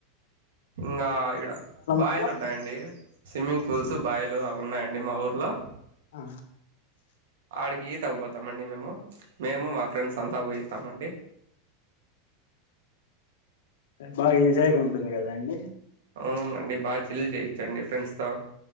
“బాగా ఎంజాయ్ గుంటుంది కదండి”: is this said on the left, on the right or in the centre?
Left